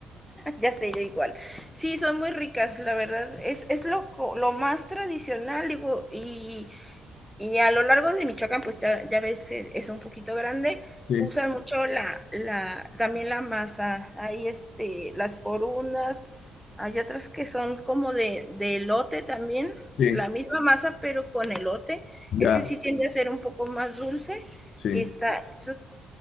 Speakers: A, in the centre; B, on the left.
A: ya sé yo igual. Sí, son muy ricas, la verdad, es, es lo, lo más tradicional, digo, y Y a lo largo de Michoacán, pues ya, ya ves, eh, es un poquito grande.
B: Sí,
A: Usan mucho la, la, también la masa. Hay este, las corundas, hay otras que son como de, de elote también,
B: sí,
A: la misma masa, pero con elote.
B: ya.
A: Ese sí tiende a ser un poco más dulce.
B: Sí.
A: Y está, eso